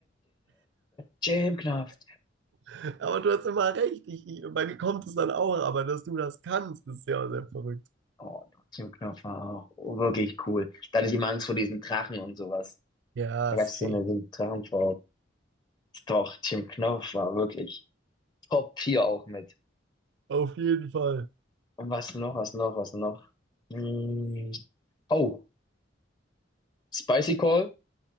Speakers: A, on the left; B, on the right.
A: Jim Knopf.
B: <laughs> Aber du hast immer recht. Ich, ich, bei mir kommt es dann auch, aber dass du das kannst, ist ja sehr verrückt.
A: Oh, Tokio-Knopf war auch wirklich cool. Da hatte ich immer Angst vor diesen Drachen und sowas.
B: Ja,
A: Da gab
B: safe.
A: es so eine, so eine Drachenfrau. Doch, Team Knopf war wirklich Top 4 auch mit.
B: Auf jeden Fall.
A: Und was noch, was noch, was noch? Hm. Oh, Spicy Call.